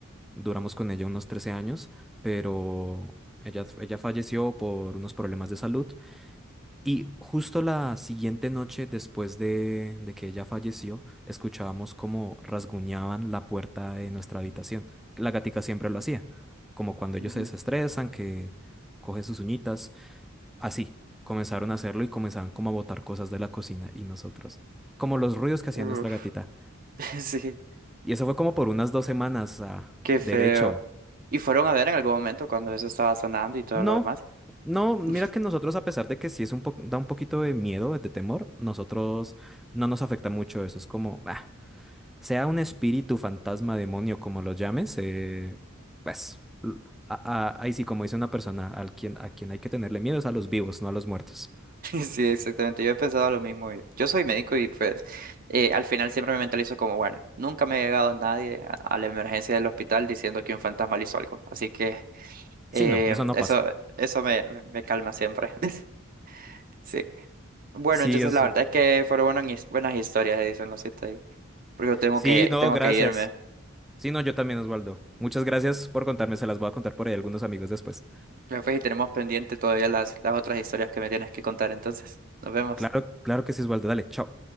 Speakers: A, in the centre; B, on the right (about 45°).
A: duramos con ella unos 13 años, pero ella, ella falleció por unos problemas de salud. Y justo la siguiente noche, después de, de que ella falleció, escuchábamos como rasguñaban la puerta de nuestra habitación. La gatica siempre lo hacía, como cuando ellos
B: Ujú.
A: se desestresan, que cogen sus uñitas. Así, comenzaron a hacerlo y comenzaban como a botar cosas de la cocina y nosotros. Como los ruidos que hacía nuestra
B: Uf,
A: gatita.
B: <laughs> sí.
A: Y eso fue como por unas dos semanas, ah,
B: Qué
A: derecho.
B: feo. Y fueron a ver en algún momento cuando eso estaba sonando y todo
A: No,
B: lo demás.
A: No, mira
B: <laughs>
A: que nosotros, a pesar de que sí es un po- da un poquito de miedo, de temor, nosotros no nos afecta mucho eso. Es como, bah, sea un espíritu, fantasma, demonio, como lo llames, eh, pues l- a- a- ahí sí, como dice una persona, al quien, a quien hay que tenerle miedo es a los vivos, no a los muertos.
B: Sí, exactamente. Yo he pensado lo mismo. Yo yo soy médico y pues eh, al final siempre me mentalizo como, bueno, nunca me ha llegado nadie a, a la emergencia del hospital diciendo que un fantasma le hizo algo. Así que
A: Sí,
B: eh,
A: no, eso no
B: eso,
A: pasa.
B: eso me, me me calma siempre. <laughs> Sí. Bueno,
A: Sí,
B: entonces
A: es.
B: la verdad es que fueron buenas, his- buenas historias, dicen los siete ahí. Porque yo tengo
A: Sí,
B: que,
A: no,
B: tengo
A: gracias.
B: que irme.
A: Sí, no, yo también, Osvaldo. Muchas gracias por contarme, se las voy a contar por ahí a algunos amigos después.
B: Después y tenemos pendiente todavía las, las otras historias que me tienes que contar. Entonces, nos vemos.
A: Claro, claro que sí, Osvaldo. Dale, chao.